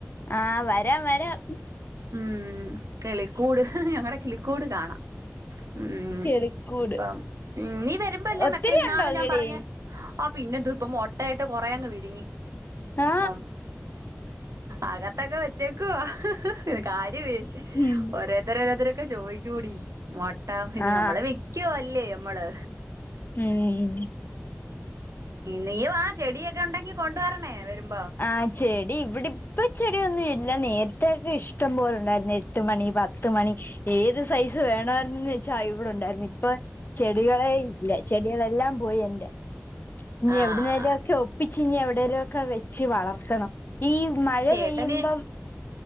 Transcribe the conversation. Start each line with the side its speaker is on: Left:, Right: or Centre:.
Left: ആഹ് വരാം വരാം.
Right: ഉം കളിക്കൂട്. ഹ് ഞങ്ങടെ കിളിക്കൂട് കാണാം ഉം ഉം
Left: കിളിക്കൂട്
Right: ഇപ്പം ഉം നീ. പ്പല്ലേ
Left: ഒത്തിരി
Right: മറ്റേ ഇന്നാള്
Left: ഉണ്ടോ
Right: ഞാപറഞ്ഞേ
Left: കിളി
Right: ആ പിന്നെന്ത് പ്പൊ മൊട്ടയിട്ട് കൊറേ ങ്ങ് വിരിഞ്.
Left: ആ
Right: മം. അകത്തൊക്കെ വെച്ചേക്കുവ ഹ് ഹ് ഹ് കാര്യമേ
Left: ഉം
Right: ഓരോരുത്തര ഓരോരുത്തര. ഒക്കെ ചോയ്ക്കൂടി. മൊട്ടഫിത്
Left: ആ
Right: നമ്മളെ വെക്കുവ ല്ലേ മ്മള്.
Left: ഉം.
Right: നീ വാ ചെടിയൊക്കെ ഉണ്ടെങ്കി കൊണ്ടുവരണേ വരുമ്
Left: ആഹ് ചെ. ടി ഇവിടെ ഇപ്പ ചെടിയൊന്നുഇല്ല നേരത്തെക്കെ ഇഷ്ടം പോലുണ്ടായിരുന്ന എട്ട് മണി പത്ത് മണി. ഏത് സൈസ് വേണമായിരുന്ന ചാ ഇവിടുണ്ടായിരുന്നു ഇപ്പൊ ചെടികളെ ഇല്ല ചെടികളെല്ലാം പോയി എന്റെ. ഇനി
Right: ആഹ്
Left: എവിടുന്നേലും ഒക്കെ ഒപ്പിച്ച് ഇനി എവിടെേലും ഒക്കെ വെച്ച് വളർത്തണം. ഈ മഴ
Right: ചേട്ടന്
Left: പെയ്യുമ്പം